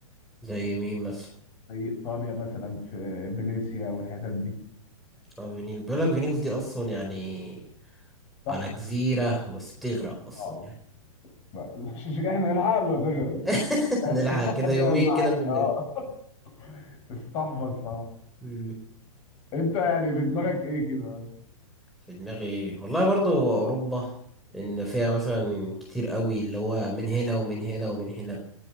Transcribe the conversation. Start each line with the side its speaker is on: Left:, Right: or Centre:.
Centre: زي مين مثلا
Left: زي إيطاليا مثلا في فينيسيا والحتت دي
Centre: آه فينيكس بيقول لك فينيكس دي أصلا يعني
Left: تحفة
Centre: على جزيرة بس بتغرق أصلا
Left: اه
Centre: يعني
Left: مش <laughs> مش احنا نلحق قبل ما تغرق
Centre: <laughs> نلحق
Left: <laughs>
Centre: كده يومين
Left: دي اهم حاجه
Centre: كده قبل ما-
Left: اه بس تحفظ صح
Centre: مم.
Left: انت يعني في دماغك ايه كده
Centre: في دماغي والله برضو أوروبا إن فيها مثلا كتير أوي اللي هو من هنا ومن هنا ومن هنا